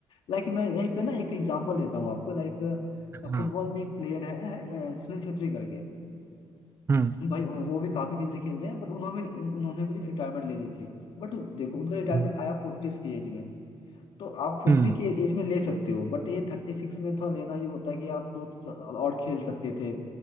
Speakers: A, on the left; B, on the right.
A: लाइक मैं यहीं पे ना एक एग्जांपल लेता हूँ आपको लाइक
B: हाँ
A: फुटबॉल में एक प्लेयर है, है अ, सुनील छेत्री करके
B: हम्म
A: भाई वो भी काफी दिन से खेल रहे हैं बट उन्होंने उन्होंने भी रिटायरमेंट ले ली थी बट देखो उनका रिटायरमेंट
B: हम्म
A: आया फोर्टीज की एज में तो आप फोर्टी
B: हम्म,
A: की एज में ले सकते हो बट ये थर्टी सिक्स में थोड़ा लेना ये होता है कि आप दो साल और खेल सकते थे